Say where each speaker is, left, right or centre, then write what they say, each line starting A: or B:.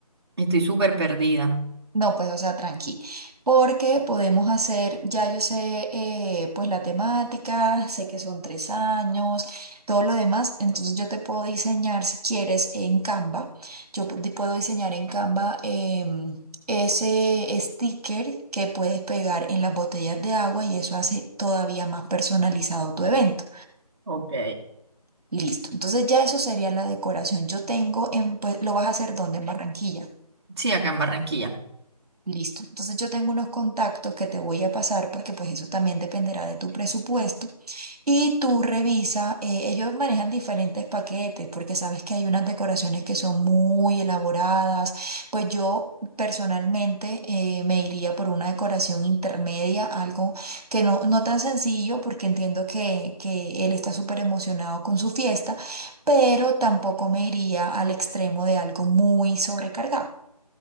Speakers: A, on the right; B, on the right.
A: estoy súper perdida.
B: No, pues, o sea, tranqui, porque podemos hacer, ya yo sé, eh, pues la temática, sé que son tres años, todo lo demás, entonces yo te puedo diseñar, si quieres, en Canva, yo pu- te puedo diseñar en Canva em, ese sticker que puedes pegar en las botellas de agua y eso hace todavía más personalizado tu evento.
A: Ok.
B: Listo, entonces ya eso sería la decoración. Yo tengo, en, pues, lo vas a hacer ¿dónde? En Barranquilla.
A: Sí, acá en Barranquilla.
B: Listo. Entonces yo tengo unos contactos que te voy a pasar porque pues eso también dependerá de tu presupuesto. Y tú revisa, eh, ellos manejan diferentes paquetes porque sabes que hay unas decoraciones que son muy elaboradas. Pues yo personalmente eh, me iría por una decoración intermedia, algo que no, no tan sencillo porque entiendo que, que él está súper emocionado con su fiesta, pero tampoco me iría al extremo de algo muy sobrecargado.